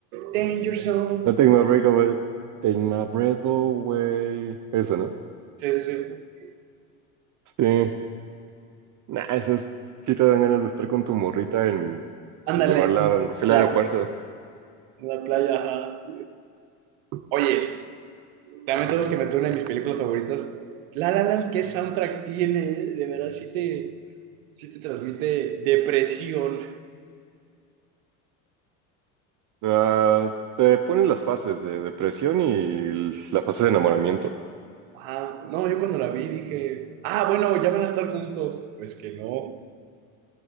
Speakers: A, on the right; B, on the right.
A: Danger Zone.
B: No Take My Breath Away. Take My Breath Away. Esa, ¿no?
A: Sí, sí, sí.
B: Sí. Nah, esas sí te dan ganas de estar con tu morrita en...
A: Ándale.
B: y llevarla, aunque sea
A: La,
B: al aeropuerto.
A: Una playa, ajá. Oye, también todos que meter una de mis películas favoritas. La La Land, ¿qué soundtrack tiene? eh? De verdad, sí te, sí te transmite depresión.
B: Ah, te ponen las fases de depresión y la fase de enamoramiento.
A: Ajá. No, yo cuando la vi dije, ah, bueno, ya van a estar juntos. Pues que no,